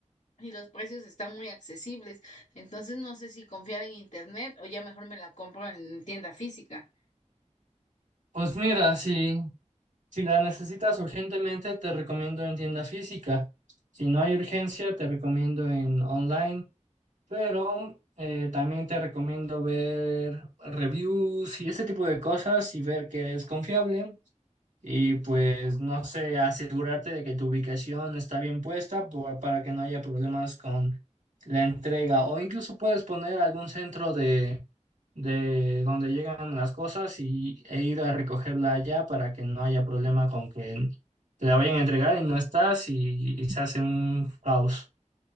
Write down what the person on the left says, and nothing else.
y los precios están muy accesibles. Entonces, no sé si confiar en internet o ya mejor me la compro en tienda física.